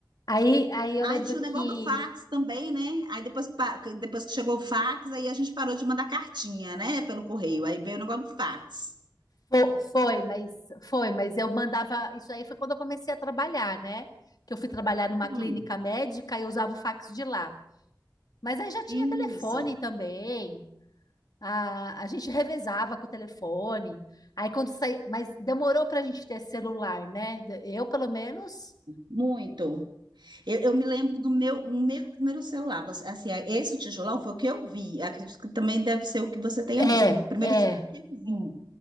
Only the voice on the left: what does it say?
Aí, aí eu
lembro
que
fo- foi, mas foi, mas eu mandava. Isso aí foi quando eu comecei a trabalhar, né? Que eu fui trabalhar numa clínica
médica e eu usava o fax de lá. Mas aí já tinha
telefone também. A, a gente revezava com o telefone. Aí quando saía, mas demorou para a gente ter celular, né? Eu, pelo menos.
É,
é.